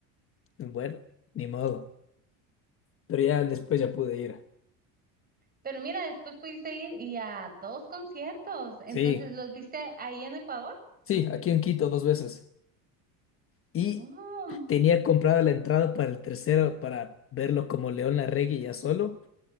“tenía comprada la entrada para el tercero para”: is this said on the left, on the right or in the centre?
Left